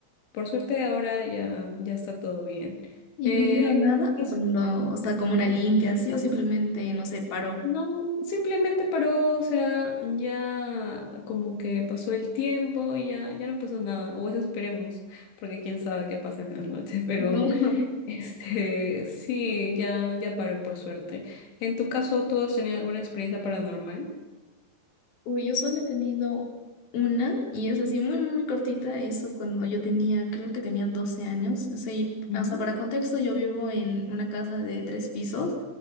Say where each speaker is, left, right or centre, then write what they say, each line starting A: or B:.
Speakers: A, on the left (about 85°); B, on the left (about 55°).
A: por suerte ahora ya, ya está todo bien.
B: Y
A: Eh,
B: no hicieron nada
A: pues,
B: cuando, o sea, como una limpia, así, o simplemente, no sé, paró.
A: no, simplemente paró, o sea, ya como que pasó el tiempo y ya, ya no pasó nada, o eso esperemos, porque quién sabe qué pasa en la noche, <laughs> pero...
B: No. <laughs>
A: Este, sí, ya, ya paró por suerte. En tu caso, ¿tú has tenido alguna experiencia paranormal?
B: Uy, yo solo he tenido una y es así muy, muy cortita, eso cuando yo tenía, creo que tenía 12 años. O sea, y
A: Ujú,
B: o sea para contexto, yo vivo en una casa de tres pisos.